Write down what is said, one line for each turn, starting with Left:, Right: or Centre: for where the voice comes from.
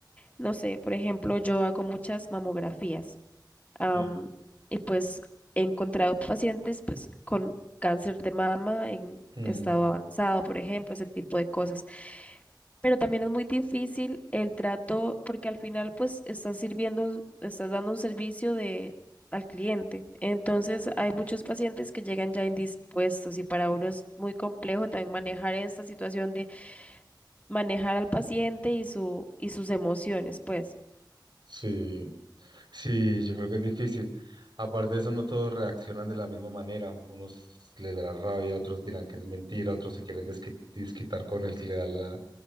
Left: no sé, por ejemplo, yo hago muchas mamografías am,
Right: Sí,
Left: y pues he encontrado pacientes pues con cáncer de mama en
Right: Mm,
Left: estado avanzado, por ejemplo, ese tipo de cosas. Pero también es muy difícil el trato porque al final pues estás sirviendo, un- estás dando un servicio de al cliente. Entonces hay muchos pacientes que llegan ya indispuestos y para uno es muy complejo también manejar esta situación de manejar al paciente y su y sus emociones, pues.
Right: sí, sí, yo creo que es difícil. Aparte de eso, no todos reaccionan de la misma manera. Unos les dará rabia, otros dirán que es mentira, otros se quieren desqui- desquitar con el que le da la